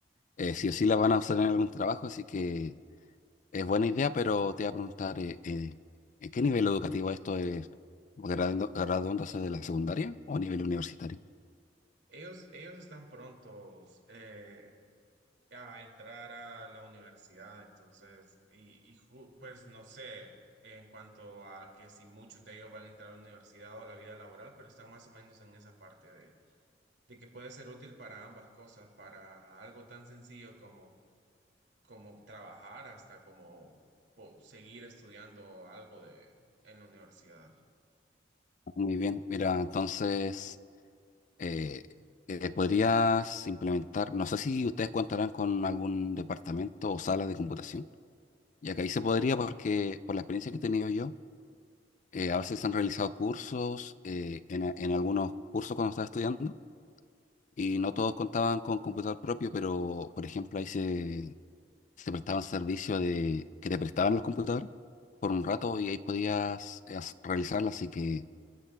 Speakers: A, on the left (about 45°); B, on the right (about 75°).
A: Eh, sí o sí las van a usar en algún trabajo, así que es buena idea, pero te voy a preguntar, eh, eh, ¿en ¿qué nivel educativo esto es? ¿Graduando- ¿Graduándose de la secundaria o a nivel universitario?
B: Ellos, ellos están prontos. eh, a entrar a la universidad, entonces, y, y ju- pues no sé en cuanto a que si muchos de ellos van a entrar a la universidad o a la vida laboral, pero están más o menos en esa parte de, de que puede ser útil para ambas cosas, para algo tan sencillo como, como trabajar hasta como po- seguir estudiando algo de, en la universidad.
A: Muy bien, mira, entonces eh, eh, podrías implementar, no sé si ustedes contarán con algún departamento o sala de computación, ya que ahí se podría porque por la experiencia que he tenido yo, Eh, a veces se han realizado cursos, eh, en, a- en algunos cursos cuando estaba estudiando, y no todos contaban con computador propio, pero por ejemplo ahí se, se prestaban servicios de que te prestaban los computadores por un rato y ahí podías eh, as- realizarla. Así que